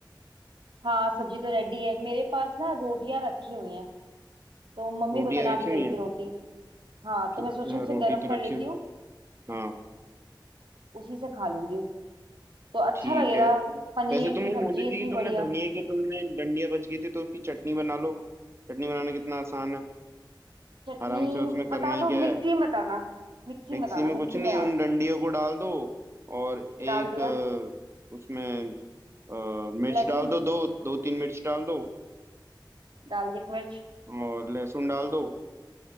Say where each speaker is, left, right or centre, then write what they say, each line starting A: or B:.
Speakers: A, on the right; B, on the right.
A: हाँ सब्जी तो रेडी है मेरे पास ना रोटियां रखी हुई हैं तो मम्मी
B: रोटियां
A: बना
B: रखी
A: के गई
B: हुई हैं
A: थी रोटी हाँ तो
B: तो-
A: मैं सोच रही
B: हाँ
A: हूँ उसे
B: रोटी
A: गर्म कर
B: तो रखी
A: लेती
B: हुई
A: हूँ
B: हाँ
A: उसी से खा लूंगी तो अच्छा
B: ठीक
A: लगेगा
B: है
A: पनीर
B: वैसे तुम
A: की
B: वो
A: सब्जी
B: बोल रही थी
A: इतनी
B: कि
A: बढ़िया
B: तुमने धनिए के तुमने डंडियां बच गई थी तो उसकी चटनी बना लो चटनी बनाना कितना आसान है
A: चटनी
B: आराम से उसमें
A: बता
B: करना ही
A: दो
B: क्या
A: मिक्सी में बताना मिक्सी
B: मिक्सी
A: में बताना
B: में कुछ
A: मिक्सी
B: नहीं
A: में डाल
B: उन डंडियों को डाल दो और
A: डाल
B: एक
A: दिया
B: अ, उसमें अ, मिर्च
A: लहसुन
B: डाल दो दो दो तीन मिर्च डाल दो
A: डाल दी मिर्च
B: और लहसुन डाल दो